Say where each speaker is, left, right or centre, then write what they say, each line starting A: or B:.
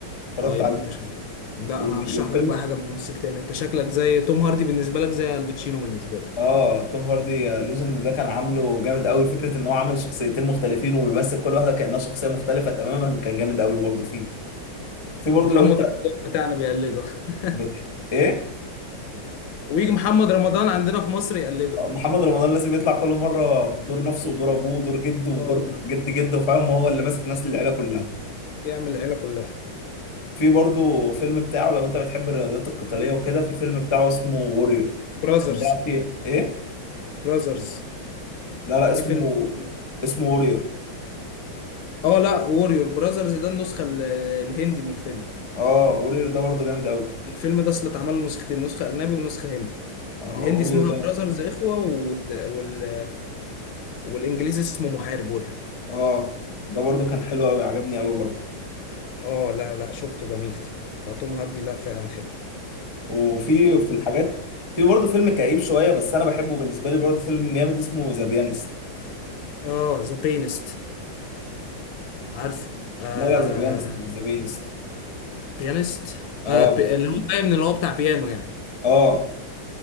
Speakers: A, on the left; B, on the left.
A: اتفرجت
B: اه يبقى
A: عليه
B: انت شفته لا
A: وال-
B: انا هرشح
A: والفيلم
B: لك بقى حاجه لممثل تاني انت شكلك زي توم هاردي بالنسبه لك زي الباتشينو بالنسبه لي
A: اه توم هاردي آه، ليجند ده كان عامله جامد قوي فكره ان هو عامل شخصيتين مختلفين وبيمثل كل واحده كانها شخصيه مختلفه تماما كان جامد قوي برضه فيه في برضه
B: ومحمد
A: لو انت
B: رمضان بتاعنا بيقلده <laughs>
A: بت... ايه
B: ويجي محمد رمضان عندنا في مصر يقلده
A: آه، محمد رمضان لازم يطلع كل مره بدور نفسه ودور ابوه ودور جده ودور
B: اه
A: جد جده فاهم هو اللي ماسك ناس العيله كلها
B: يعمل العيله كلها
A: في برضه فيلم بتاعه لو انت بتحب الرياضات القتاليه وكده في فيلم بتاعه اسمه وورير
B: براذرز
A: كان بيلعب فيه ايه
B: براذرز
A: لا لا اسمه
B: في فيلم اسمه
A: اسمه وورير
B: اه لا ووريور براذرز ده النسخة ال- الهندي من الفيلم
A: اه وورير ده برضه جامد قوي
B: الفيلم ده اصل اتعمل له نسختين نسخة أجنبي ونسخة هندي
A: اه
B: الهندي
A: وورير
B: اسمها
A: ده
B: براذرز إخوة والت... وال... والإنجليزي اسمه محارب ووريور
A: اه ده برضو كان حلو قوي عجبني قوي برضو
B: اه لا لا شفته جميل فتوم هاردي لا فعلا حلو
A: وفي في الحاجات في برضو فيلم كئيب شويه بس انا بحبه بالنسبه لي برضو فيلم جامد اسمه ذا بيانست
B: اه ذا بيانست عارفه آه
A: لا لا ذا بيانست مش ذا بيانست
B: بيانست
A: اه
B: آه بي... اللي هو باين اللي هو بتاع بيانو يعني
A: اه